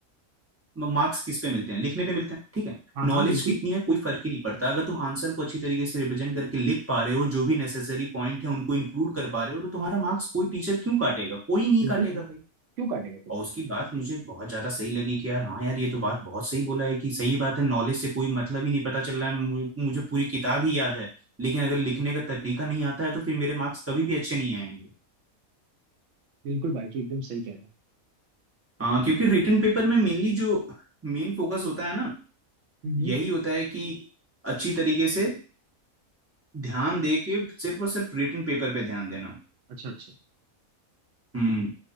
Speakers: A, on the right; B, on the right.
A: मार्क्स किस पे मिलते हैं लिखने पे मिलते हैं ठीक है
B: हाँ
A: नॉलेज
B: हाँ बिल्कुल
A: कितनी है कोई फर्क ही नहीं पड़ता अगर तुम आंसर को अच्छी तरीके से रिप्रेजेंट करके लिख पा रहे हो जो भी नेसेसरी पॉइंट है उनको इंक्लूड कर पा रहे हो तो तुम्हारा मार्क्स कोई टीचर क्यों काटेगा कोई नहीं
B: बिल्कुल
A: काटेगा
B: भाई क्यों
A: भाई
B: काटेगा कोई
A: और उसकी बात मुझे बहुत ज्यादा सही लगी कि यार हाँ यार ये तो बात बहुत सही बोला है कि सही बात है नॉलेज से कोई मतलब ही नहीं पता चल रहा है मुझे मुझे पूरी किताब ही याद है लेकिन अगर लिखने का तरीका नहीं आता है तो फिर मेरे मार्क्स कभी भी अच्छे नहीं आएंगे
B: बिल्कुल भाई तू एकदम सही कह रहा है
A: हाँ क्योंकि रिटन पेपर में मेनली जो मेन फोकस होता है ना
B: हम्म
A: यही होता है कि अच्छी तरीके से ध्यान दे के सिर्फ और सिर्फ रिटन पेपर पे ध्यान देना
B: अच्छा अच्छा
A: हम्म